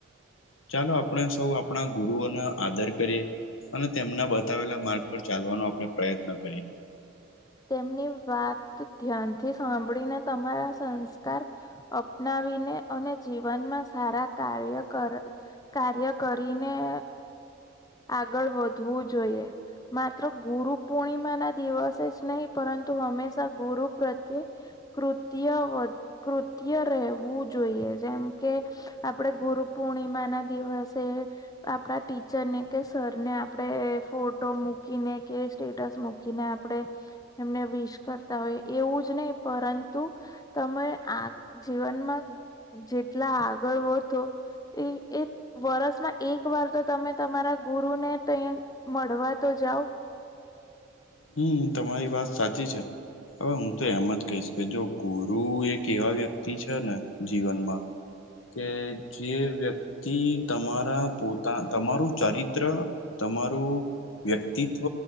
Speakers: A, on the left; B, on the left.
A: ચાલો આપણે સૌ આપણા ગુરુઓને આદર કરીએ. અને તેમના બતાવેલા માર્ગ પર ચાલવાનો આપણે પ્રયત્ન કરીએ.
B: તેમની વાત ધ્યાનથી સાંભળીને તમારા સંસ્કાર અપનાવીને અને જીવનમાં સારા કાર્ય કર કાર્ય કરીને અ આગળ વધવું જોઈએ, માત્ર ગુરુ પૂર્ણિમા ના દિવસે જ નહી પરંતુ હંમેશા ગુરુ પ્રત્યે કૃત્ય વધ કૃત્ય રહેવું જોઈએ જેમ કે આપણે ગુરુ પૂર્ણિમાના દિવસે આપણા ટીચરને કે સરને આપડે ફોટો મૂકીને કે સ્ટેટસ મૂકીને આપડે એમને વિશ કરતા હોય એવું જ નહી પરંતુ તમે આગ જીવનમા જેટલા આગળ વધો ઈ એ વર્ષમાં એક વાર તો તમે તમારા ગુરુ ને તે મળવા તો જાવ.
A: હમ તમારી વાત સાચી છે. હવે હું તો એમ જ કહીશ કે જો ગુરુ એક એવા વ્યક્તિ છે ને જીવનમાં કે જે વ્યક્તિ તમારા પોતા તમારું ચરિત્ર તમારું વ્યક્તિત્વ